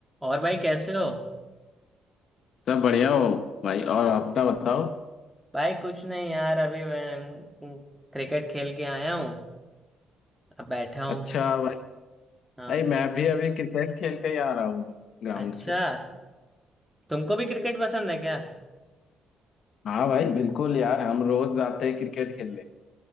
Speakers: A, in the centre; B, on the left.
A: और भाई कैसे हो
B: सब बढ़िया हो भाई और अपना बताओ
A: भाई कुछ नहीं यार अभी मैं क्रिकेट खेल के आया हूँ अब बैठा हूँ
B: अच्छा भाई
A: हाँ
B: भाई मैं भी अभी क्रिकेट खेल के ही आ रहा हूँ ग्राउंड
A: अच्छा
B: से
A: तुमको भी क्रिकेट पसंद है क्या
B: हाँ भाई बिल्कुल यार हम रोज जाते हैं क्रिकेट खेलने